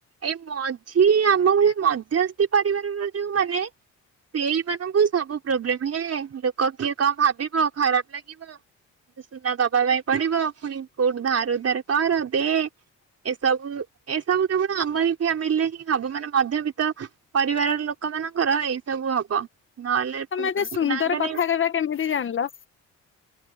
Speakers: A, on the right; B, on the left.
A: ଏଇ ମଝି ଆମ ଭଳି ମଧ୍ୟସ୍ଥି ପରିବାରର ଯୋଉ ମାନେ ସେଇମାନାନଙ୍କୁ ସବୁ ପ୍ରୋବ୍ଲେମ ହେ କିଏ କଣ ଭାବିବ ଖରାପ ଲାଗିବ କି ସୁନା ଦ ପାଇଁ ପଡିବ ପୁଣି କୋଉଠି ଧାନ ଧରେ କର <inaudible> ତେ ଏସବୁ ଏସବୁ କେବଳ ଆମର ଫ୍ୟାମିଲିରେ ହିଁ ହବ ମାନେ ମଧ୍ୟବିତ୍ତ ପରିବାର ଲୋକ ମାନଙ୍କର ଏଇ ସବୁ ହବ। ନହେଲେ
B: ତମେ ଏତେ ସୁନ୍ଦର
A: ନାଇଁ ତ
B: କଥା
A: ନାଇଁ।
B: କହିବା କେମିତି ଜାଣିଲ?